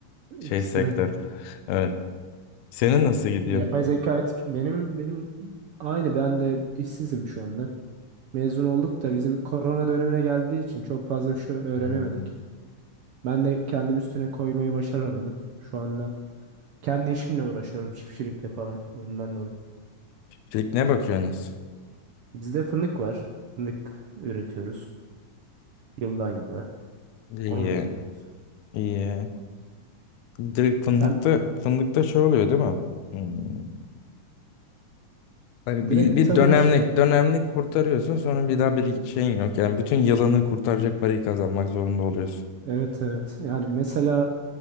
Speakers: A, on the left; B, on the right.
A: şey
B: İkisinde
A: sektör.
B: de.
A: Evet. Senin nasıl gidiyor?
B: Yapay zeka etik benim benim aynı ben de işsizim şu anda. Mezun olduk da bizim korona dönemine geldiği için çok fazla bir şey öğrenemedik.
A: Hmm.
B: Ben de kendim üstüne koymayı başaramadım. Şu anda kendi işimle uğraşıyorum çiftçilikle falan ondan dolayı.
A: Şimdi ne bakıyorsunuz?
B: Bizde fındık var. Fındık üretiyoruz yıldan yıla.
A: İyi,
B: Onunla ilgileniyoruz.
A: iyi. Direkt fındıkta
B: Sen
A: fındıkta şey oluyor değil mi? Hmm. Hani
B: direkt
A: bir, bir
B: tarım
A: dönemlik
B: işte.
A: dönemlik kurtarıyorsun sonra bir daha bir şeyin yok. Yani bütün yılını kurtaracak parayı kazanmak zorunda oluyorsun.
B: Evet evet. Yani mesela